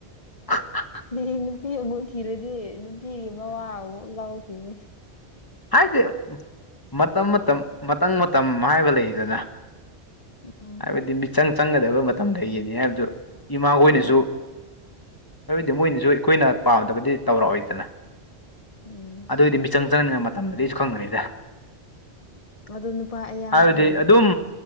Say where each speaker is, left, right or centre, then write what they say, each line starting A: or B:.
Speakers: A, on the left; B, on the left.
A: ꯑꯣ <unintelligible>
B: ꯍꯌꯦꯡ ꯅꯨꯄꯤ ꯑꯃꯨꯛ ꯊꯤꯔꯗꯤ ꯅꯨꯄꯤꯒꯤ ꯃꯋꯥ ꯑꯃꯨꯛ ꯂꯧꯈꯤꯅꯤ
A: ꯍꯥꯏꯗꯤ ꯃꯇꯝ ꯃꯇꯝ ꯃꯇꯝ ꯃꯇꯝ ꯍꯥꯏꯕ ꯂꯩꯗꯅ
B: ꯎꯝ
A: ꯍꯥꯏꯕꯗꯤ ꯃꯤꯆꯪ ꯆꯪꯒꯗꯕ ꯃꯇꯝꯗ ꯌꯦꯅꯤ ꯍꯥꯏꯕꯗꯨ ꯏꯃꯥꯈꯣꯏꯅꯁꯨ
B: ꯎꯝ
A: ꯑꯗꯨꯗꯤ ꯃꯣꯏꯅꯁꯨ ꯑꯩꯈꯣꯏꯅ ꯄꯥꯝꯗꯕꯗꯤ ꯇꯧꯔꯛꯑꯣꯏꯗꯅ
B: ꯎꯝ
A: ꯑꯗꯨꯏꯗꯤ ꯃꯤꯆꯪ ꯆꯪꯅꯤꯉꯥꯏ ꯃꯇꯝꯗꯨꯗꯤ ꯑꯩꯁꯨ ꯈꯪꯒꯅꯤꯗ
B: ꯑꯗꯣ ꯅꯨꯄꯥ ꯑꯌꯥꯝꯕꯅꯗꯤꯀꯣ
A: ꯍꯥꯏꯕꯗꯤ ꯑꯗꯨꯝ